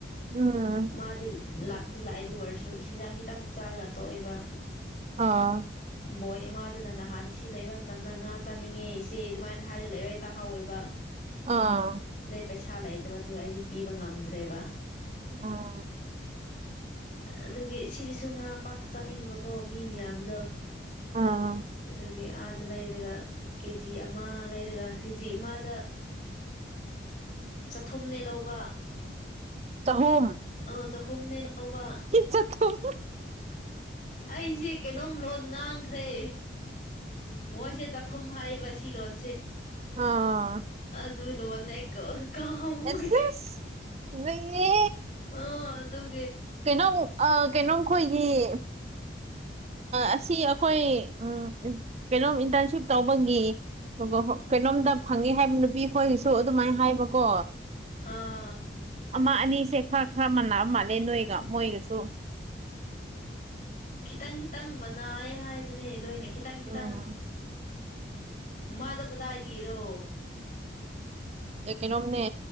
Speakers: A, on the right; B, on the left.
A: ꯎꯝ
B: ꯃꯥꯗꯤ ꯂꯥꯛꯗꯤ ꯂꯥꯛꯑꯦꯗꯨ ꯑꯣꯏꯔꯁꯨ ꯍꯤꯟꯖꯥꯡ ꯈꯤꯇꯥꯡ ꯆꯥꯔꯒ ꯇꯣꯛꯑꯦꯕ
A: ꯑꯥ
B: ꯕꯣꯏ ꯑꯃꯗꯨꯅ ꯅꯍꯥꯟ ꯁꯤ ꯂꯩꯕ ꯃꯇꯝꯗ ꯉꯥ ꯆꯥꯅꯤꯡꯉꯦ ꯏꯆꯦ ꯑꯗꯨꯃꯥꯏꯅ ꯍꯥꯏꯔꯒ ꯂꯩꯕꯩ ꯇꯥꯍꯥꯎꯋꯦꯕ
A: ꯑꯥ
B: ꯄꯩꯁꯥ ꯂꯩꯇꯕꯗꯨ ꯑꯩꯗꯤ ꯄꯤꯕ ꯉꯝꯗ꯭ꯔꯦꯕ
A: ꯎꯝ
B: ꯑꯗꯨꯒꯤ ꯁꯤꯗꯤꯁꯨ ꯉꯥ ꯄꯥꯛ ꯆꯥꯅꯤꯡꯕꯀꯣ ꯃꯤ ꯃꯌꯥꯝꯗꯣ
A: ꯑꯥ
B: ꯑꯗꯨꯒꯤ ꯑꯥꯗ ꯂꯩꯔꯒ ꯀꯦ ꯖꯤ ꯑꯃ ꯂꯩꯔꯒ ꯀꯦ ꯖꯤ ꯑꯃꯗ ꯆꯥꯊꯨꯝꯅꯦ ꯂꯧꯕ
A: ꯆꯍꯨꯝ
B: ꯑ ꯆꯍꯨꯝꯅꯦ ꯂꯧꯕ
A: ꯆꯍꯨꯝ
B: ꯑꯩꯁꯦ ꯀꯩꯅꯣꯝ ꯂꯣꯟ ꯉꯥꯡꯈ꯭ꯔꯦ ꯃꯣꯏꯁꯦ ꯆꯥꯊꯨꯝ ꯍꯥꯏꯕ ꯁꯤ ꯂꯣꯟ
A: ꯑꯥ
B: ꯑꯗꯨ ꯂꯣꯟꯣꯟꯅ ꯀꯥꯥꯎꯒ
A: ꯑꯦꯁ ꯑꯦꯁ ꯅꯣꯏꯅꯦ
B: ꯑꯣ ꯑꯗꯨ
A: ꯀꯩꯅꯣꯝ ꯀꯩꯅꯣꯝꯈꯣꯏꯒꯤ ꯑꯁꯤ ꯑꯩꯈꯣꯏ ꯎ ꯀꯩꯅꯣꯝ ꯏꯟꯇꯔꯟꯁꯤꯞ ꯇꯧꯕꯒꯤ ꯍ ꯀꯩꯅꯣꯝꯗ ꯐꯪꯉꯦ ꯍꯥꯏꯕ ꯅꯨꯄꯤ ꯑꯩꯈꯣꯏꯒꯤꯁꯨ ꯑꯗꯨꯃꯥꯏꯅ ꯍꯥꯏꯕꯀꯣ
B: ꯑꯥ
A: ꯑꯃ ꯑꯅꯤ ꯁꯦ ꯈꯔ ꯈꯔ ꯃꯥꯟꯅꯥ ꯃꯥꯜꯂꯦ ꯅꯣꯏꯒ ꯃꯣꯏꯒꯁꯨ
B: ꯈꯤꯇꯪ ꯈꯤꯇꯪ ꯃꯅꯥꯑ ꯍꯥꯏꯕꯅꯦ ꯂꯣꯏꯅ ꯈꯤꯇꯪ ꯏꯈꯤꯇꯪ
A: ꯎꯝ
B: ꯃꯥꯗ ꯀꯗꯥ ꯍꯥꯏꯗꯤꯔꯣ
A: ꯑꯦ ꯀꯩꯅꯣꯝꯅꯦ